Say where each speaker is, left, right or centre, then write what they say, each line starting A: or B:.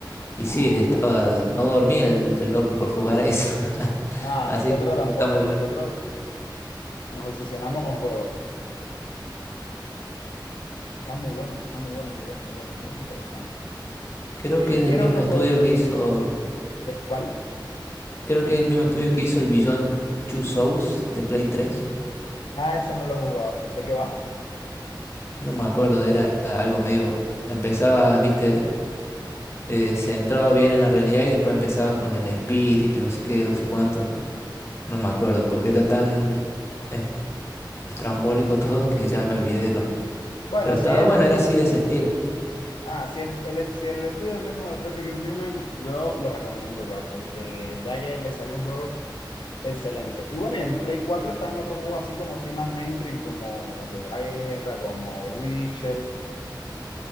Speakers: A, on the left; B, on the left.
A: Y
B: Ah.
A: sí, le estaba, no dormía el, el loco por jugar a eso. <laughs>
B: No,
A: Así
B: nosotros
A: que
B: tampoco,
A: está muy bueno.
B: nosotros nos obsesionamos con juegos. Está muy bueno, que está muy bueno, muy bueno, muy bueno, muy interesante.
A: Creo
B: Y
A: que
B: le
A: es
B: tiene
A: del mismo
B: otros
A: estudio
B: juegos buenos.
A: que hizo,
B: ¿De cuál?
A: creo que es el mismo estudio que hizo el Beyond Two Souls de Play tres
B: Ah, ese no lo he jugado. ¿De qué va?
A: No me acuerdo, era algo medio. Empezaba, viste, eh, centrado bien en la realidad y después empezaba con el espíritu y no sé qué, no sé cuánto. No me acuerdo, porque era tan es- estrambólico todo que ya me olvidé de lo.
B: Bueno,
A: Pero estaba
B: si es
A: bueno,
B: de...
A: era así de ese estilo.
B: Ah, si el, el- si el estudio es el mismo de Tropic and Human, yo lo recomiendo igual, porque da que le salió un juego excelente. Y bueno, y en Play 4 están otros juegos así como sí más mainstream, como Dios de la Guerra, como The Witcher.